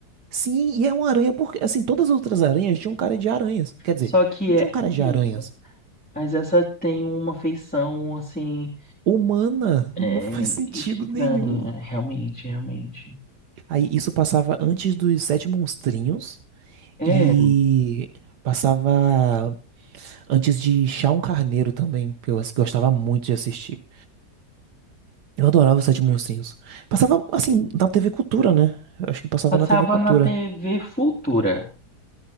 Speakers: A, on the right (about 80°); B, in the centre.
A: Sim, e é uma aranha porque, assim, todas as outras aranhas tinham cara de aranhas. Quer dizer,
B: Só que
A: não
B: é
A: tinham cara
B: isso.
A: de aranhas.
B: Mas essa tem uma feição, assim,
A: Humana,
B: é,
A: <laughs> não faz sentido
B: estranha,
A: nenhum.
B: realmente, realmente.
A: Aí isso passava antes dos Sete Monstrinhos
B: É,
A: e passava antes de Chá um Carneiro também, que eu gostava muito de assistir. Eu adorava os Sete Monstrinhos. Passava, assim, na TV Cultura, né? Eu acho que passava
B: passava
A: na TV Cultura.
B: na TV Futura.